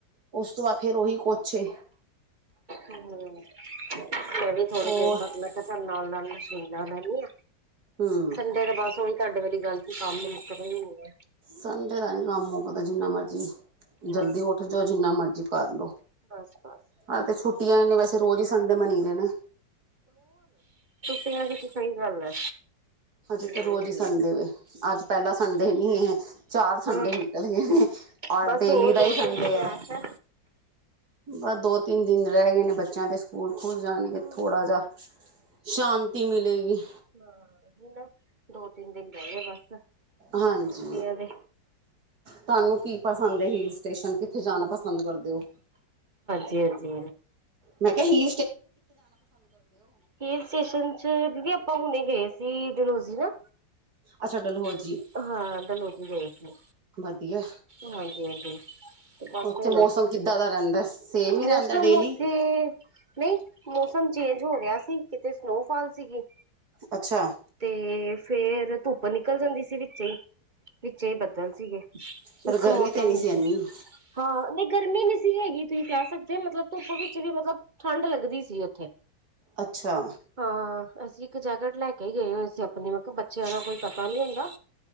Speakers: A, on the right; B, on the right.
A: ਉਸ ਤੋਂ ਬਾਅਦ ਫੇਰ ਉਹੀ ਕੁਛੇ
B: ਹੂ ਮੈ ਵੀ ਥੋੜੀ
A: ਹੋਰ
B: ਦੇਰ ਤੱਕ, ਮੈਂ ਕਿਹਾ ਚਲ ਨਾਲ -ਨਾਲ ਹੀ ਨਾਲ ਰਹਿਣੀ ਐ।
A: ਹੂੰ।
B: ਸੰਡੇ ਤੇ ਬਸ ਉਹੀ ਤੁਹਾਡੇ ਵੇਲੀ ਗੱਲ ਦੀ ਕੰਮ ਮੁਕਦੇ ਨੀ ਐ।
A: ਸੰਡੇ ਦਾ ਨੀ ਕੰਮ ਦਾ ਜਿੰਨਾ ਮਰਜੀ ਜਲਦੀ
B: ਆ
A: ਉੱਠ ਜਾਓ। ਜਿੰਨਾ ਮਰਜ਼ੀ ਕਰ ਲੋ
B: ਬਸ-ਬਸ।
A: ਹਾਂ। ਤੇ ਛੁੱਟੀਆਂ ਇਨੇ ਵੈਸੇ ਰੋਜ਼ ਹੀ ਸੰਡੇ ਮੰਨੀ ਦੇਣੇ
B: ਇਹ ਤਾਂ ਬਿਲਕੁਲ ਸਹੀ ਗੱਲ ਹੈ।
A: ਹਜੇ ਤੇ ਰੋਜ਼
B: ਬਹੁਤ ਹੀ
A: ਸੰਡੇ
B: ਹੈ।
A: ਵੇ ਅੱਜ ਪਹਿਲਾ ਸੰਡੇ ਨੀ ਹੈ ਚਾਰ ਸੰਡੇ
B: ਹੂ
A: ਨਿਕਲ ਗਏ ਨੇ ਔਰ
B: ਬਸ
A: ਡੇਲੀ
B: ਹੋਰ
A: ਦਾ
B: ਦੋ
A: ਹੀ ਸੰਡੇ
B: ਤਿੰਨ ਦਿਨ
A: ਹੈ
B: ਐਸ਼ ਐ।
A: ਬਸ ਦੋ ਤਿੰਨ ਦਿਨ ਰਹਿ ਗਏ ਨੇ ਬੱਚਿਆਂ ਦੇ ਸਕੂਲ ਖੁੱਲ ਜਾਣਗੇ।
B: ਹੂੰ
A: ਥੋੜਾ ਜ ਸ਼ਾਂਤੀ ਮਿਲੇਗੀ।
B: ਹਾਂ। ਹਨ ਨਾ ਦੋ ਤਿੰਨ ਦਿਨ ਰਹਿ ਗੇ। ਬਸ
A: ਹਾਂਜੀ।
B: ਛੁੱਟੀਆਂ ਦੇ
A: ਤੁਹਾਨੂੰ ਕੀ ਪਸੰਦ ਹਿਲ ਸਟੇਸ਼ਨ ਤੇ, ਕਿੱਥੇ ਜਾਣਾ ਪਸੰਦ ਕਰਦੇ ਓ।
B: ਜੀ ਆ ਜੀ
A: ਮੈਂ ਕਿਹਾ ਹੀ
B: ਹਿਲ ਸਟੇਸ਼ਨ ਚ, ਦੀਦੀ ਆਪਾਂ ਹੁਣੇ ਗਏ ਸੀ। ਵੀ ਡਲੋਜ਼ੀ ਨਾ।
A: ਅੱਛਾ। ਡਲਹੋ
B: ਹਾਂ।
A: ਜੀ
B: ਤਾਂ ਡਲਹੌਜ਼ੀ ਗਏ ਸੀ
A: ਵਧੀਆ
B: ।ਹਾਂਜੀ, ਹਾਂਜੀ ਵੱਖ
A: ਉੱਥੇ
B: ਹੋਨਾ।
A: ਮੌਸਮ ਕਿੱਦਾਂ ਦਾ ਰਹਿੰਦਾ ਸੇਮ ਹੀ
B: ਮੌਸਮ
A: ਰਹਿੰਦਾ ਡੇਲੀ
B: ਉੱਥੇ ਨਹੀਂ ਮੌਸਮ ਚੇਂਜ ਹੋ ਰਿਹਾ ਸੀ। ਕਿਤੇ ਸਨੋਫਾਲ ਸੀਗੀ
A: ਅੱਛਾ
B: ਤੇ ਫੇਰ ਧੁੱਪ ਨਿਕਲ ਜਾਂਦੀ ਸੀ। ਵਿੱਚੇ ਹੀ ਵਿੱਚੇ ਹੀ ਬੱਦਲ ਸੀਗੇ,
A: ਪਰ
B: ਇੱਕ
A: ਗਰਮੀ
B: ਮੌਸਮ
A: ਤੇ ਨਹੀਂ
B: ਨ
A: ਇੰਨੀ
B: ਸੀ। ਹਾਂ ਨੀ ਗਰਮੀ ਨਹੀਂ ਸੀ ਹੈਗੀ, ਤੁਸੀਂ ਕਹਿ ਸਕਦੇ ਮਤਲਬ ਧੁੱਪ ਵਿੱਚ ਵੀ ਮਤਲਬ ਠੰਡ ਲੱਗਦੀ ਸੀ ਉੱਥੇ
A: ਅੱਛਾ।
B: ਹਾਂ ਅਸੀਂ ਇੱਕ ਜੈਕਟ ਲੈ ਕੇ ਗਏ ਹੋਏ ਸੀ। ਆਪਣੀ ਮਤਲਬ ਕਿਹਾ ਬੱਚਿਆਂ ਦਾ ਕੋਈ ਪਤਾ ਨੀ ਹੁੰਦਾ।